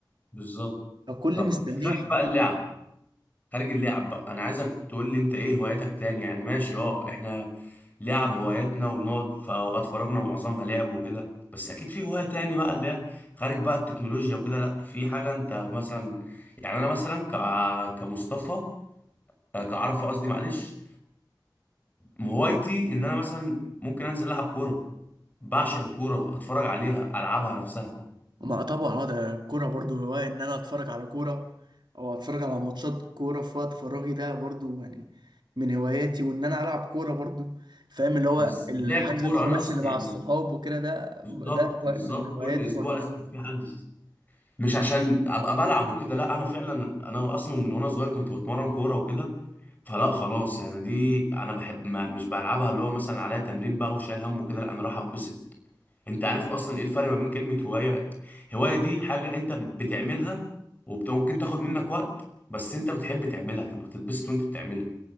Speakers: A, on the left; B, on the right.
A: بالظبط
B: فكل
A: طب
B: مستنيه
A: خارج
B: حرفيا
A: بقى اللعب خارج اللعب بقى انا عايزك تقول لي انت ايه هواياتك تاني يعني ماشي اه احنا لعب هواياتنا وبنقعد في اوقات فراغنا معظمها لعب وكده بس اكيد في هواية تاني بقى اللي هي خارج بقى التكنولوجيا وكده لا في حاجة انت مثلا يعني انا مثلا ك... كمصطفى آه، كعرفة قصدي معلش هوايتي ان انا مثلا ممكن انزل العب كورة بعشق الكورة اتفرج عليها العبها نفسها
B: ما طبعا اه ده الكوره برضو هواية ان انا اتفرج على كوره او اتفرج على ماتشات كوره في وقت فراغي ده برضو يعني من هواياتي وان انا العب كوره برضو فاهم اللي هو
A: بس
B: الحجز
A: لعب الكورة
B: الخماسي
A: انا اصلا
B: اللي
A: يعني
B: مع الصحاب وكده ده
A: بالظبط
B: ده هو-
A: بالظبط
B: من هواياتي
A: كل اسبوع
B: برضو
A: لازم يبقى في حجز مش عشان ابقى بلعب وكده لا انا فعلا انا اصلا من وانا صغير كنت بتمرن كوره وكده فلا خلاص انا دي انا بحب ما مش بلعبها اللي هو مثلا عليها تمرين بقى وشايل هم وكده لا انا راح اتبسط انت عارف اصلا ايه الفرق ما بين كلمه هوايه هوايه دي حاجه انت بتعملها وممكن تاخد منك وقت بس انت بتحب تعملها تبقى بتتبسط وانت بتعملها